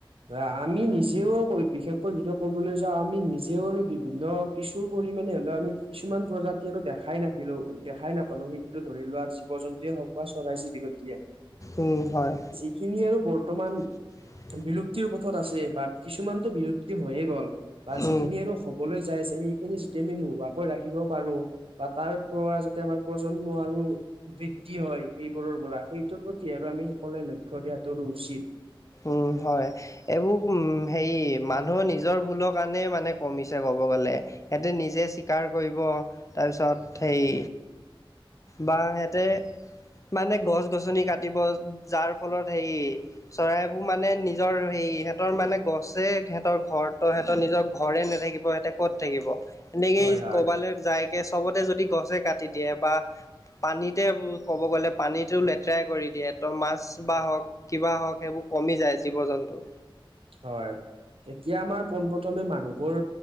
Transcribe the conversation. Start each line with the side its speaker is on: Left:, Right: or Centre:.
Right: অ আমি নিজেও ক বিশেষকৈ যিটো ক'বলৈ যাওঁ আমি নিজেও আৰু বিভিন্ন কিছু পৰিমানে হ'লেও আমি কিছুমান প্ৰজাতি আৰু দেখাই নেপিলো দেখাই নাপালো সেই টো ধৰি লোৱা জীৱ-জন্তুয়ে হওক বা চৰাই-চিৰিকটিয়ে।
Left: উম হয়
Right: <unintelligible> খিনি আৰু বৰ্তমান
Left: <inaudible>
Right: বিলুপ্তিৰ পথত আছে বা কিছুমানতো বিলুপ্তি হৈয়ে গ'ল বা যিখিনি
Left: উম
Right: আৰু হ বলৈ যাই আছে সেইখিনি যেতিয়া আমি নোহোৱাকৈ ৰাখিব পাৰো বা তাৰ পৰা যাতে আমাৰ প্ৰজন্ম আৰু বৃদ্ধি হয় সেইবোৰৰ পৰা, সেইটোৰ প্ৰতি আৰু আমি সকলোৱে লক্ষ্য দিয়াটোৰো উচিত।
Left: উম, হয়। এইবোৰ উম হেৰি মানুহৰ নিজৰ ভুলৰ কাৰণে মানে কমিছে কব গ'লে। সেহঁতে নিজে চিকাৰ কৰিব তাৰপিছত সেই বা সিহঁতে মানে গছ-গছনি কাটিব। যাৰ ফলত হেৰি চৰাইবোৰ মানে নিজৰ সেই সেহঁতৰ মানে গছে সেহঁতৰ ঘৰ, ত' সেহঁতৰ নিজৰ ঘৰে নাথাকিব সেহঁতে ক ক'ত থাকিব? এনেকেই
Right: হয় হয়
Left: ক'বালৈ যায়কে চবতে যদি গছে কাটি দিয়ে বা পানীতে ক'ব গ'লে পানীটো লেতৰাই কৰি দিয়ে। ত' মাছ বা হওঁক কিবা হওঁক সেইবোৰ কমি যায় জীৱ-জন্তু।
Right: হয়, এতিয়া আমাৰ পোনপ্ৰথমে মানুহবোৰ